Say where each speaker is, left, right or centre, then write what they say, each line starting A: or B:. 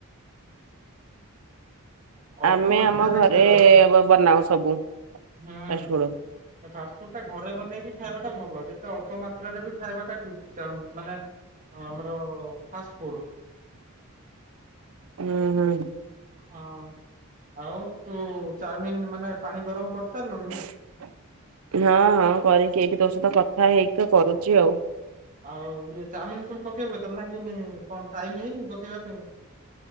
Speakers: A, on the right; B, on the right.
A: <inaudible> ଅଳ୍ପ
B: ଆମେ
A: ମାତ୍ରାରେ
B: ଆମ ଘରେ
A: ଖାଇବା କଥା।
B: ବନାଉ ସବୁ
A: ହୁଁ
B: ଫାଷ୍ଟଫୁଡ
A: ଫାଷ୍ଟଫୁଡ ଟା ଘରେ ବନେଇକି ଖାଇବା ଟା ଭଲ। ଯେତେ ଅଳ୍ପ ମାତ୍ରାରେ ବି ଖାଇବାଟା ଥିକ ଚାଉ, ମାନେ ଆମର ଫାଷ୍ଟ ଫୁଡ
B: ହୁଁ।
A: ହଁ, ଆଉ ତୁ ଚାଉମିନ ମାନେ ପାଣି ଗରମ କରିସାରିଲୁଣି?
B: <inaudible> ହଁ, ହଁ କରିକି, ଏଇଠି ତୋ ସହିତ କଥା ହେଇକି କରୁଚି ଆଉ।
A: ଆଉ ଇଏ ଚାଉମିନ ପୁଣି ପକେଇବ, ତା ମାନେ କଣ ଟାଇମ ହେଇନି ପକେଇବା ପାଇଁ?